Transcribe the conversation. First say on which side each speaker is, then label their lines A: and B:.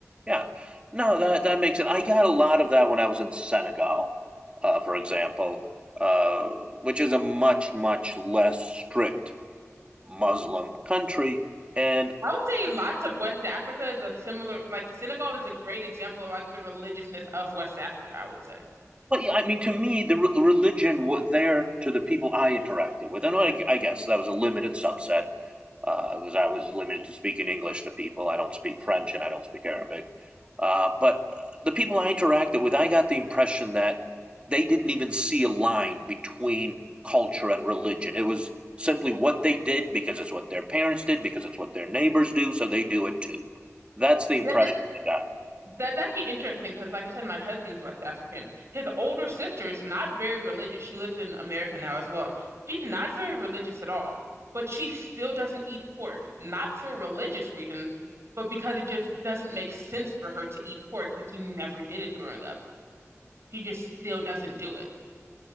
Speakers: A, on the right (about 20°); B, on the right (about 60°).
A: Yeah. No, that that makes it. I got a lot of that when I was in Senegal, uh, for example, uh, which is a much, much less strict Muslim country, and
B: I would say lots of West Africa is a similar, like Senegal is a great example of like the religiousness of West Africa, I would say.
A: Well, yeah, I mean, to me, the re- religion was there to the people I interacted with, and I, I guess that was a limited subset uh, because I was limited to speaking English to people. I don't speak French and I don't speak Arabic, uh, but the people I interacted with, I got the impression that they didn't even see a line between culture and religion. It was simply what they did because it's what their parents did, because it's what their neighbors do, so they do it too. That's the impression
B: Yeah, that's
A: I got.
B: That's actually interesting because, like I said, my husband's West African. His older sister is not very religious. She lives in America now as well. She's not very religious at all, but she still doesn't eat pork, not for religious reasons, but because it just doesn't make sense for her to eat pork because she never did it growing up. She just still doesn't do it.